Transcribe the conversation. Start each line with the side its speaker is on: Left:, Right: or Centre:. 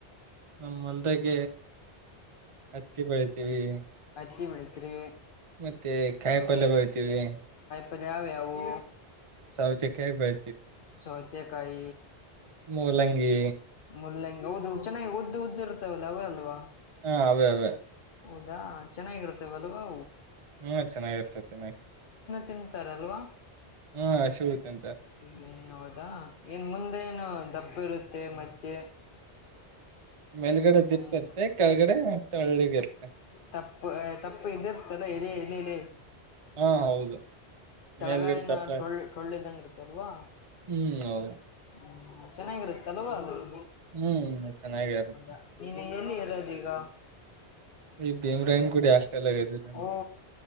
Right: ನಮ್ಮ ಅಲ್ದಾಗ ಹತ್ತಿ ಬೆಳಿತೀವಿ
Left: ಮಳತ್ರಿ
Right: ಮತ್ತೆ ಕಾಯಿ ಪಲ್ಯ ಬರ್ತೀವಿ
Left: ಪದಾವ್ಯಾವು
Right: ಸಾವಚ ಕ ಬ
Left: ಸೊತ್ಯ ಕಾಯ
Right: ಮೂಲಂಗಿ
Left: ಮುಲ್ಲಂಗಗೆ ಓದು ಚೆನ್ನಾಗಿ ಉದ್ದ ಉದ್ದ ಇರ್ತವಲ್ಲ ಅವವ ಅಲ್ವ
Right: ಹಾ ಅವೇ ಅವೇ
Left: ಹೌದಾ ಚೆನ್ನಾಗಿರುತ್ತವ ಅಲ್ವಾ
Right: ಹ್ಮ್ ಚೆನ್ನಾಗಿರ್ತೈತಿ ತಿ ನಾಕ
Left: ತಿಂತಾರಲ್ವಾ
Right: ಹ್ಮ್ ಶ ತ ಅಂತ
Left: ಹ ಹೌದಾ ಏನ್ ಮುಂದೆ ಏನು ದಪ್ಪ ಇರುತ್ತೆ ಮತ್ತೆ
Right: ಮೇಲ್ಗಡೆ
Left: ಹ್ಮ್
Right: ದಿಪ್ಪ ಇತ್ತ ಕೆಳಗಡೆ ಮತ್ತ ಹಳ್ಳಿ ಇತ್ತ
Left: ತಪ್ಪು ತಪ್ಪು ಇದಿ ಇರ್ತಲ್ಲ ಇ ಇಲ್ಲೇ ಇಲ್ಲ
Right: ಹಾ ಹೌದು
Left: ತಳಗಾಯಿನ
Right: ಮೇಲ್ಗಡೆ ತಪ್ಲ
Left: ಟೊಳ್ಳೆ ಟೊಳ್ಳೆದಂಗ ಇರ್ತ್ತ ತ್ತಲ್ವಾ
Right: ಹ್ಮ್ ಹೌದು
Left: ಹ್ಮ ಚೆನ್ನಾಗಿರುತ್ತ ತಲವ ಅಂದರು
Right: ಹ್ಮ್ ಚೆನ್ನಾಗ ಇರುತ್ತೆ
Left: ಹೌದಾ ನೀ ಏಲ್ಲಿ ಇರೋದ ಈಗ
Right: ಈ ಭೀಮ್ರಾಯನ್ ಗುಡಿ ಹಾಸ್ಟೆಲ್ ಆಗಿದ್ದೀರ
Left: ಓ